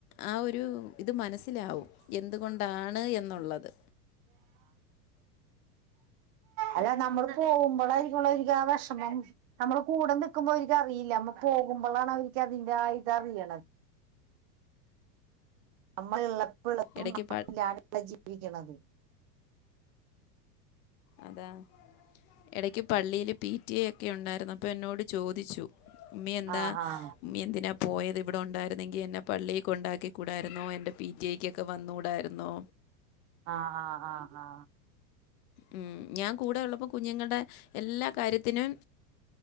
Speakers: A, on the left; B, on the right.
A: ആ ഒരു ഇത് മ മനസ്സിലാവും എന്തുകൊണ്ടാണ് എന്നുള്ളത്
B: അല്ല നമ്മള് പോവുമ്പളായിരിക്കും <unintelligible> ആ വെഷമം നമ്മള് കൂടെ നിൽക്കുമ്പോ ഇവര്ക്കറിയില്ല നമ്മ പോകുമ്പളാണ് അവര്ക്കതിന്റെ ആ ഇത് അറിയണ നമ്മള് ഇളപ്പോ ഇള്ളതും
A: ഇടയ്ക്ക്
B: നമ്മ
A: പ
B: ഇല്ലാത് ള്ള ജീവിക്കണതും
A: അതാ എടക്ക് പള്ളിയില് പി ടി എ യൊക്കെ ഉണ്ടായിരുന്നപ്പൊ എന്നോട് ചോദിച്ചു ഉമ്മീ എന്താ
B: ആഹ് ആഹ്
A: ഉമ്മി എന്തിനാ പോയത് ഇവിടെ ഉണ്ടായിരുന്നെങ്കി എന്നെ പള്ളീ കൊണ്ടാക്കി കൂടായിരുന്നോ എന്റെ പി ടി ഐ ക്കൊക്കെ വന്നൂടായിരുന്നോ
B: ആ ആ ആ ആ
A: ഉം ഞാൻ കൂടെ ഉള്ളപ്പോ കുഞ്ഞുങ്ങള്ടെ എല്ലാ കാര്യത്തിനും